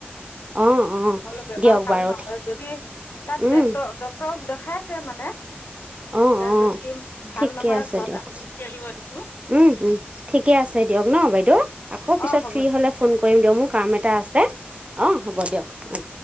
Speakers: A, on the right; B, on the left.
A: অ অ
B: বোলে বেমাৰ
A: দিয়ক
B: ভাল
A: বাৰু
B: নহয় যদি তাত
A: উম
B: ডট ডক্তৰক দে খাইছে মানে
A: অ',
B: এতিয়া
A: অ',
B: যদি
A: ঠিকে
B: ভাল নহয়
A: আছে
B: ঘৰত
A: দিয়ক,
B: আহি গুচি আহিব দিছোঁ
A: উম, উম, ঠিকে আছে দিয়ক ন' বাইদেউ আকৌ পিছত
B: অঁ হ'ব
A: ফ্ৰী হ'লে ফোন কৰিম মোৰ কাম এটা আছে। অ', হ'ব দিয়ক অ'।